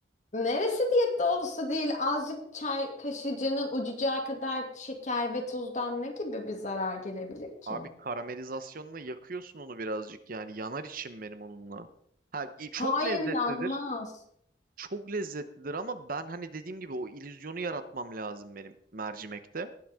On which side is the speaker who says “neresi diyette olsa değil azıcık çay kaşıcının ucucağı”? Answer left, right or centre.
Left